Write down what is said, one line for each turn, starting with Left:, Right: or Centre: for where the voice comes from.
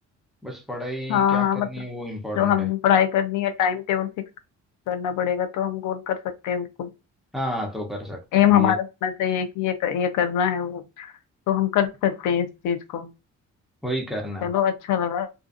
Centre: बस पढ़ाई
Left: हाँ
Centre: क्या
Left: हाँ
Centre: करनी
Left: मतलब
Centre: है वो इम्पोर्टेंट
Left: जो हम
Centre: है
Left: पढ़ाई करनी है टाइम टेबल फिक्स करना पड़ेगा तो हम गोल कर सकते हैं बिल्कुल
Centre: हाँ तो कर सकते
Left: एम
Centre: हैं
Left: हमारा
Centre: ये
Left: होना चाहिए कि ये ये करना है वो तो हम कर सकते हैं इस चीज को
Centre: वही करना है।
Left: चलो अच्छा लगा